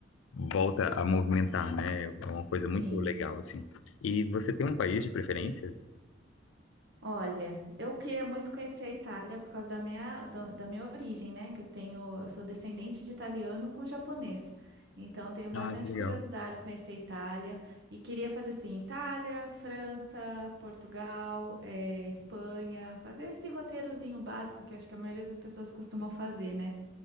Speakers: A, on the left; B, on the right.
A: volta a movimentar, né? É uma coisa muito
B: sim.
A: legal, assim. E você tem um país de preferência?
B: Olha, eu queria muito conhecer a Itália por causa da minha, da, da minha origem, né? Que eu tenho, eu sou descendente de italiano com japonês. Então, eu tenho bastante
A: Ah, que legal.
B: curiosidade de conhecer a Itália e queria fazer assim, Itália, França, Portugal, eh, Espanha, fazer esse roteirozinho básico que eu acho que a maioria das pessoas costumam fazer, né?